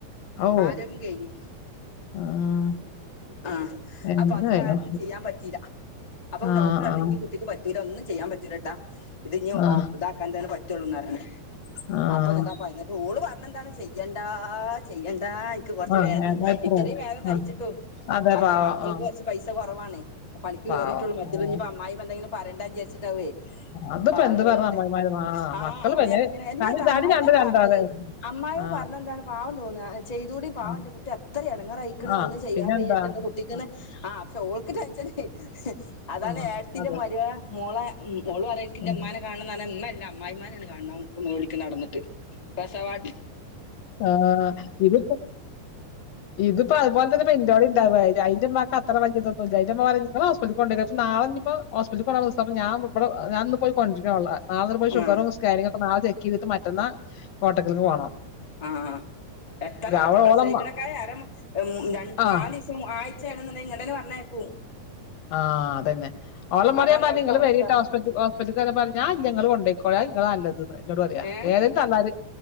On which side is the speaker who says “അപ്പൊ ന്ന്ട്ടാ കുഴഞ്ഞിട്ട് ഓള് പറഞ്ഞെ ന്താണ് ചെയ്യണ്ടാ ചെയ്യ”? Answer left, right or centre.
Left